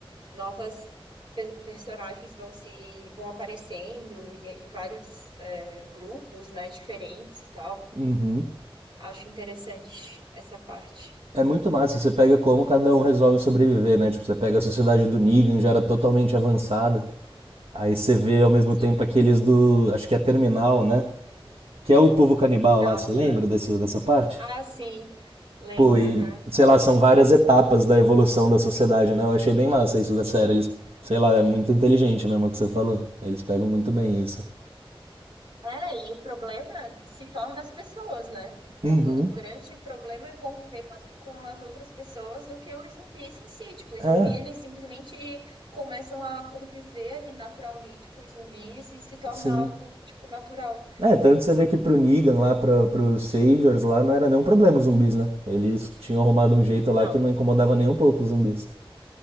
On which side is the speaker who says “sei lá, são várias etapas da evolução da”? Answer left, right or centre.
Right